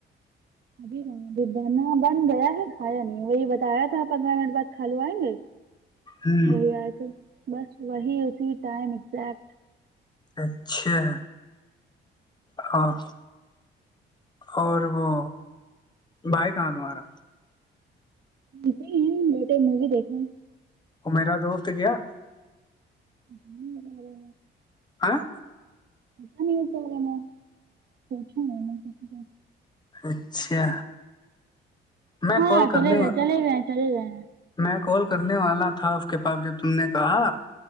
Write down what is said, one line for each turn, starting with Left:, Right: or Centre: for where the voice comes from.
Right: ابھی ہاں اب بانا بن گیا ہے کھایا نہیں وہی بتایا تھا پندرہ منٹ بعد کھ لو آئیں گے
Left: ہوں
Right: وہی آئے تھے بس وہی اسی ٹائم ازیکٹ
Left: اچھا ہاں اور وہ بھائی کہاں تمہارا
Right: ے ہیں بیٹے موی دیکھ رہے ہیں
Left: وہ میرا دوست کیا
Right: <inaudible>
Left: ہاں
Right: پتا نہیں کیا کر رہے
Left: اچھا میں
Right: ہاں
Left: کال
Right: چلے
Left: کرنے
Right: گئے چلے گئے چلے گئے ہیں
Left: میں کال کرنے والا تھا اس کے پاس جب تم نے کہا